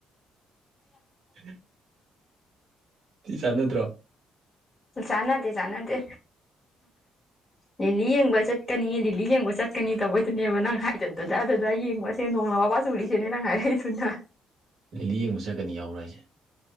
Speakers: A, on the right (about 65°); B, on the left (about 20°).
A: ꯎꯝ ꯆꯟꯅꯗꯔꯣ
B: ꯆꯥꯟꯅꯥꯗꯦ ꯆꯥꯟꯅꯥꯗꯦ ꯂꯤꯂꯤ ꯌꯦꯡꯕ ꯆꯠꯀꯅꯤ ꯂꯤꯂꯤ ꯌꯦꯡꯕ ꯆꯠꯀꯅꯤ ꯇꯧꯕꯩꯗꯨꯅꯦꯕ ꯅꯪ ꯍꯥꯏꯗꯣ ꯗꯨꯗꯥ ꯗꯨꯗꯥ ꯌꯦꯡꯉꯨ ꯁꯦ ꯅꯣꯡꯅ ꯋꯥ ꯋꯥ ꯆꯨꯔꯦ ꯁꯤꯅꯦ ꯅꯪ ꯍꯥꯏꯔꯛꯏꯗꯨꯅ
A: ꯂꯤꯂꯤ ꯌꯦꯡꯕ ꯆꯠꯀꯅꯤ ꯌꯥꯎꯕꯔꯥ ꯍꯥꯏꯁꯦ